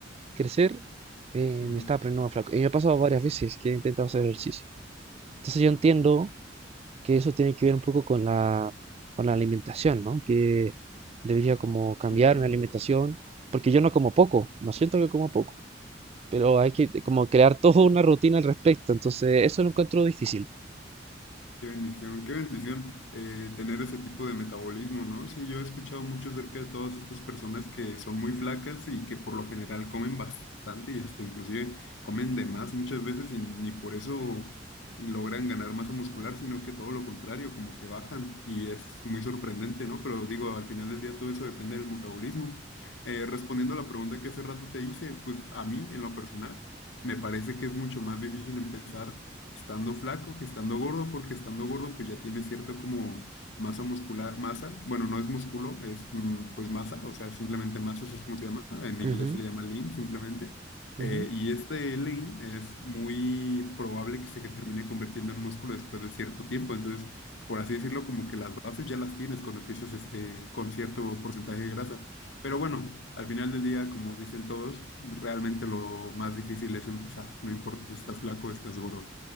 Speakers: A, on the right; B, on the left.
A: crecer, eh,
B: Ujú.
A: me estaba poniendo más flaco. Y me ha pasado varias veces que he intentado hacer ejercicio. Entonces yo entiendo que eso tiene que ver un poco con la, con la alimentación, ¿no? Que debería como cambiar
B: Sí, claro.
A: mi alimentación, porque yo no como poco, no siento que como poco, pero hay que como crear <laughs> toda una rutina al respecto, entonces eso lo encuentro difícil.
B: Qué bendición, qué bendición eh, tener ese tipo de metabolismo, ¿no? Sí, yo he escuchado mucho acerca de todas estas personas que son muy flacas y que por lo general comen bastante y hasta inclusive comen de más muchas veces y ni por eso logran ganar masa muscular, sino que todo lo contrario, como que bajan y es muy sorprendente, ¿no? Pero digo, al final del día todo eso depende del metabolismo. Eh, respondiendo a la pregunta que hace rato te hice, pues a mí en lo personal. Me parece que es mucho más difícil empezar estando flaco que estando gordo, porque estando gordo pues ya tiene cierto como masa muscular, masa, bueno, no es músculo, es mm, pues masa, o sea, simplemente masa, así es como se llama, en inglés
A: Ujú,
B: se le llama lean simplemente.
A: ujú.
B: Eh, y este lean es muy probable que se termine convirtiendo en músculo después de cierto tiempo, entonces, por así decirlo, como que las bases ya las tienes cuando empiezas este, con cierto porcentaje de grasa. Pero bueno, al final del día, como dicen todos, realmente lo más difícil es empezar, no importa si estás flaco o estás gordo.